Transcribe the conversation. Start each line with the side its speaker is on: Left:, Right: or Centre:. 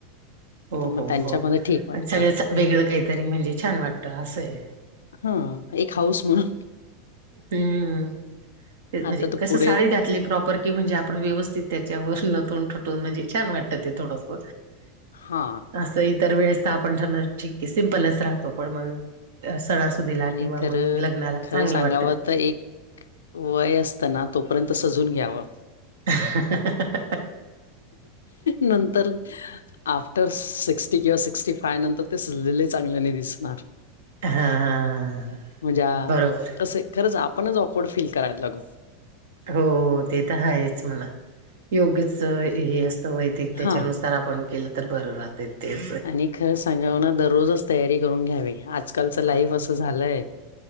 Right: हो
Left: तर मग
Right: हो
Left: त्यांच्यामध्ये
Right: हो
Left: ठीक वाटतं.
Right: सगळं वेगळं काहीतरी म्हणजे छान वाटतं असं आहे.
Left: हा एक हाऊस म्हणून.
Right: हम्म ते म्हणजे
Left: आता तर
Right: कस
Left: पुढे
Right: साडी घातली प्रॉपर. की म्हणजे आपण व्यवस्थित त्याच्यावर नतून ठटून म्हणजे छान वाटतं ते थोडंफ
Left: हां
Right: असं इतर वेळेस तर आपण ठीक सिम्पलच राहतो पण मग सणासुदीला
Left: आणि
Right: किंवा
Left: खरं
Right: मग लग्नाला
Left: खरं
Right: चांगलं
Left: सांगावं
Right: वाटतं. ते
Left: तर एक वय असताना तोपर्यंत सजून घ्यावं.
Right: <inaudible>
Left: नंतर. आफ्टर सिक्स्टी किंवा सिक्स्टी फाय नंतर ते सुजलेले चांगल्याने दिसणार.
Right: हा हा हा हा
Left: म्हणजे आ
Right: बरोबर
Left: कसय खरंच आपणच ऑफवर्ड फील करायला लागू.
Right: हो हो ते तर हायच म्हणा. योग्यच
Left: तर
Right: हे असतं वय ते त्याच्यानुसार
Left: हां.
Right: आपण केलं तर बरं राहत तेच
Left: आणि खरं दररोजच तयारी करून घ्यावी आजकालच लाईफ अस झालंय